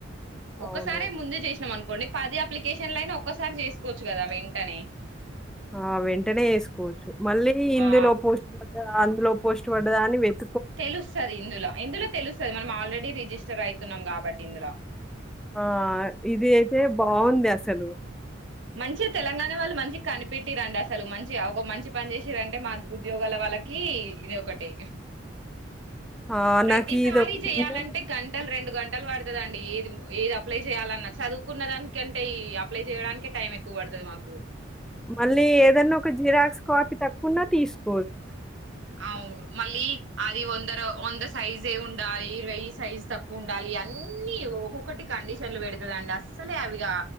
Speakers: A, on the right (about 75°); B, in the centre.
A: ఒక్కసారే
B: అవును.
A: ముందే జేసినాం అను పోనీ పది అప్లికేషన్ లైన ఒక్కసారి చేసుకోవచ్చు గదా వెంటనే
B: ఆ వెంటనే జేసుకోవచ్చు మళ్ళీ ఇందులో
A: ఆ
B: పోస్ట్ పడ్డదా అందులో పోస్ట్ పడ్డదా అని వెత్
A: తెలుస్తది ఇందులో ఇందులో తెలుస్తది మనం ఆల్రెడీ రిజిస్ట ర్ అయితున్నాం గాబట్టి ఇందుల
B: ఆ ఇదే అయి బావుంది అసలు
A: మంచిగా తెలంగాణ వాళ్ళు మంచి కనిపెట్టి రండి అసలు మంచి మంచి ఒక మంచి పని చేసిరంటే మా ఉద్యోగాల వాళ్ళకి ఇది ఒకటి
B: ఆహ్,
A: ప్రతిసారి
B: నాకు ఇదొకటి
A: జేయాలంటే
B: ఉందని
A: గంటలు రెండు గంటలు పడుతుందండి ఏది ఏది అప్లై చేయాలన్నా చదువుకున్న దానికంటే ఈ అప్లై చేయడానికి టైం ఎక్కువ పడుతది మాకు
B: మళ్ళీ ఏదైన్నా ఒక జిరాక్స్ కాపీ తక్కున్నా తీసుకు
A: అవును మళ్ళీ అది వందరు వంద సైజే ఉండాలి వెయ్యి సైజు తక్కువ ఉండాలి అన్నీ ఒక్కొక్కటి కండిషన్లు పెడతదండి అస్సలే అవిగా